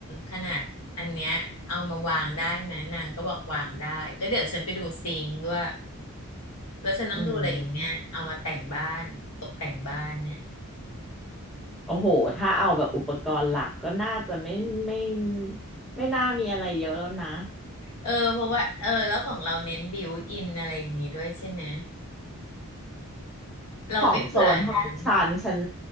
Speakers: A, on the left; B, in the centre.
A: ขนาดอันเนี้ยเอามาวางได้ไหมนางก็บอกวางได้ก็เดี๋ยวฉันไปดูซิงค์ด้วยแล้วฉันต้องดูอะไรอีกเนี่ยเอามาแต่งบ้านตกแต่งบ้านเนี่ย
B: อืมโอ้โหถ้าเอาแบบอุปกรณ์หลักก็น่าจะไม่ไม่ไม่น่ามีอะไรเยอะแล้วนะ
A: เออเพราะว่าเออแล้วของเราเน้นบิวอินอะไรอย่างงี้ด้วยใช่ไหมเราไม่เผื่อนะ
B: ของโซนห้องชั้นชั้น